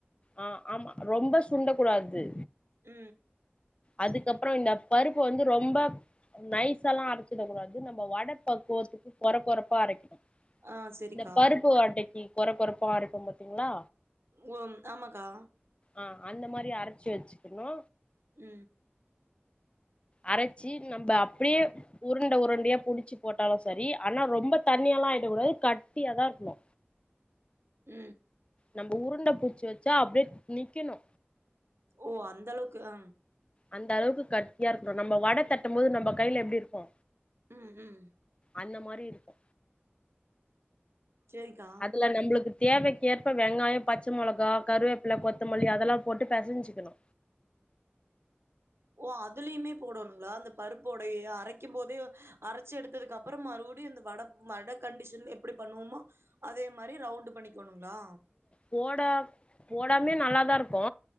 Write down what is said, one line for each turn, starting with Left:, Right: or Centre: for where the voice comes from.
Left: ஆ ஆமா ரொம்ப சுண்ட குடாது
Right: உ
Left: அதுக்கப்புறோ இந்த பருப்பு வந்து ரொம்ப நைசாலா அரச்சிடகூடாது நம்ம வட பக்குவத்துக்கு கொற கொறப்பா அரைக்கணு
Right: ஆ செரிக்கா
Left: இந்த பருப்பு வடைக்கு கொற கொறப்பா அரைப்போ பார்த்தீங்களா
Right: உ ஆமாக்கா
Left: ஆ அந்த மாரி அரச்சு வச்சுக்கணு
Right: உ
Left: அரச்சு நம்ம அப்டியே உருண்ட உருண்டயா புடிச்சு போட்டாலு சரி ஆனா ரொம்ப தண்ணியாலா ஆயிடகூடாது கட்டியாதா இருக்கணு
Right: உ
Left: நம்ம உருண்ட புட்ச்சு வச்சா அப்டியே நிக்கணு
Right: ஓ அந்த அளவுக்கு ஆ
Left: அந்த அளவுக்கு கட்டியா இருக்கனு நம்ம வட தட்டும்போது நம்ம கைல எப்டி இருப்போ
Right: ம் ம்
Left: அந்த மாரி இருக்கு
Right: செரிக்கா
Left: அதுல நம்லுக்கு தேவைக்கேற்ப வெங்காயோ பச்ச மொளகா கருவேப்பில கொத்தமல்லி அதெல்லா போட்டு பெசஞ்சுக்கணு
Right: ஓ அதுலயுமே போடணுங்களா அந்த பருப்புவடைய அரை க்கும் போதே அரச்சி எடுத்ததுக்கப்புறமா மறுபடியு அந்த வட வட கண்டிஷன்ல எப்டி பண்ணுவோமோ அதே மாரி ரவுண்டு் பண்ணிக்கணுங்ளா
Left: போடா போடாமே நல்லாதா ருக்கு